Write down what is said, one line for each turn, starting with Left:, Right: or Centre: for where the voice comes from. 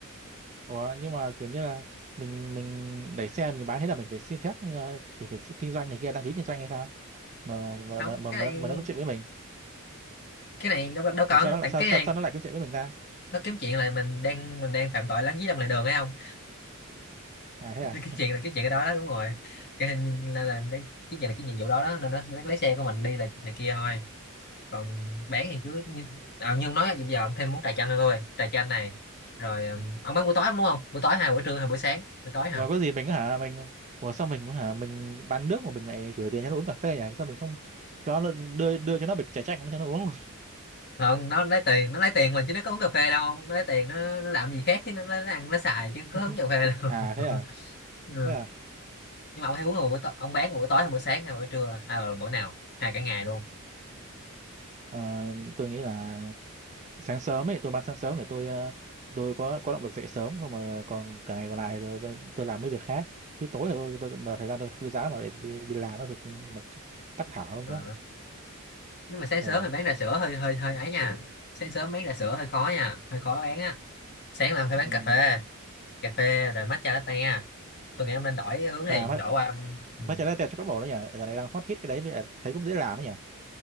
Right: ủa nhưng mà kiểu như là mình mình đẩy xe mình bán thế là mình phải xin phép ờ, mình phải kinh doanh này kia đăng ký kinh doanh hay sao mà mà
Left: không
Right: mà mà,
Left: cái
Right: mà, mà
Left: này
Right: nó có chuyện với mình
Left: cái này đâu đâu
Right: ủa
Left: cần
Right: sao nó lại
Left: tặng
Right: sao,
Left: cái
Right: sao,
Left: này
Right: sao nó lại có chuyện với mình ta
Left: nó kiếm chuyện là mình đang mình đang phạm tội lấn dưới lòng lề đường hay không
Right: à
Left: <laughs>
Right: thế
Left: cái
Right: à
Left: chuyện là cái chuyện cái đó đó đúng rồi cái hình là, là cái chuyện là cái nhiệm vụ đó đó nên nó, nó lấy xe của mình đi là này kia thôi còn bán thì cứ như à, nhưng nói là bây giờ ông thêm món trà chanh nữa thôi trà chanh này rồi ừ, ông bán buổi tối đúng không buổi tối hai buổi trưa hai buổi sáng buổi tối hả
Right: mà có gì mình hả mình ủa sao mình hả mình bán nước mà mình lại gửi tiền cho nó uống cà phê nhỉ sao mình không cho nó đưa đưa cho nó bịch trà chanh cho nó uống
Left: không nó lấy tiền nó lấy tiền mình chứ nó có uống cà phê đâu nó lấy tiền nó, nó làm gì khác chứ nó, nó, ăn nó xài chứ có
Right: <laughs>
Left: uống cà phê đâu
Right: à thế à
Left: <laughs> ừ.
Right: thế à
Left: nhưng mà ông hay uống vào buổi tối ông bán vào buổi tối hay buổi sáng hay buổi trưa hay là buổi nào hay cả ngày luôn
Right: Ờ, tôi nghĩ là sáng sớm ấy tôi bán sáng sớm để tôi ờ, tôi có có động lực dậy sớm xong rồi ờ, còn cả ngày còn lại tôi, tôi, tôi làm mấy việc khác chứ tối là tôi tôi là thời gian tôi thư giãn mà để đi, đi làm nó thực cũng mệt chắc tắc thở luôn
Left: Ờ.
Right: quá
Left: nếu mà sáng
Right: Ờ,
Left: sớm thì bán trà sữa hơi hơi hơi ấy nha sáng sớm bán trà sữa hơi khó nha hơi khó bán á sáng là phải
Right: ừm.
Left: bán cà phê cà phê rồi matcha latte tôi nghĩ ông nên đổi hướng đi
Right: à mấy
Left: đổi qua
Right: mấy
Left: ừ.
Right: trái tẹt cho các bộ đấy nhỉ giờ này đang hot hit cái đấy mới lại thấy cũng dễ làm ấy nhỉ